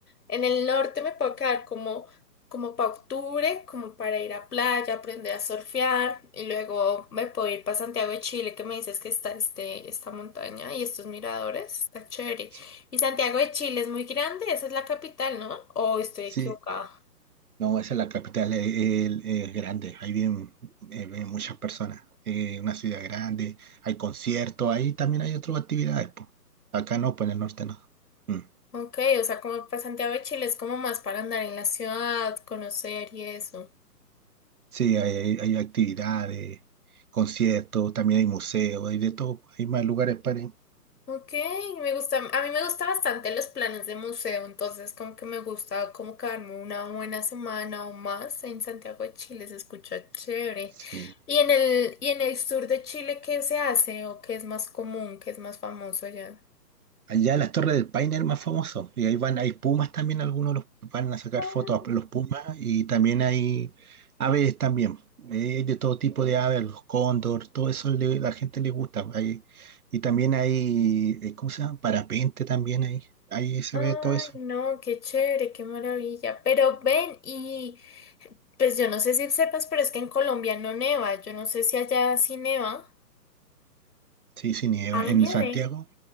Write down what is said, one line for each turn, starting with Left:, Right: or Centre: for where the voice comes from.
Left: en el norte me puedo quedar como, como para octubre, como para ir a playa, aprender a surfear, y luego me puedo ir para Santiago de Chile, que me dices que está este, esta montaña y estos miradores, está chévere.
Right: Sí,
Left: Y Santiago de Chile es muy grande, esa es la capital, ¿no? ¿O estoy equivocada?
Right: sí, No, esa es la capital, es, es- es grande, ahí viven, eh, viven muchas personas, es una ciudad grande, hay conciertos, ahí también hay otras actividades, po. Acá no, pues en el norte no. Mm.
Left: Ok, o sea, como para Santiago de Chile es como más para andar en la ciudad, conocer y eso.
Right: Sí, hay, hay actividades, conciertos, también hay museos, hay de todo, hay más lugares para ir.
Left: Ok, me gusta, a mí me gusta bastante los planes de museo, entonces como que me gusta como quedarme una buena semana o más en Santiago de Chile, se escucha chévere.
Right: Sí.
Left: ¿Y en el, y en el sur de Chile qué se hace o qué es más común, qué es más famoso allá?
Right: Allá las Torres del Paine es el más famoso. Y ahí van, hay pumas también, algunos los van a sacar
Left: Ah,
Right: fotos a los pumas y también hay aves también. eh, de todo tipo de aves, los cóndor, todo eso le- la gente le gusta. Hay- y también hay, eh, ¿cómo se llama? Parapente también ahí. Ahí se
Left: Ay,
Right: ve todo eso.
Left: no, qué chévere, qué maravilla. Pero ven, ¿y Pues yo no sé si sepas, pero es que en Colombia no neva. Yo no sé si allá sí neva.
Right: Sí, sí, nieva.
Left: Ay,
Right: En
Left: nieve.
Right: Santiago,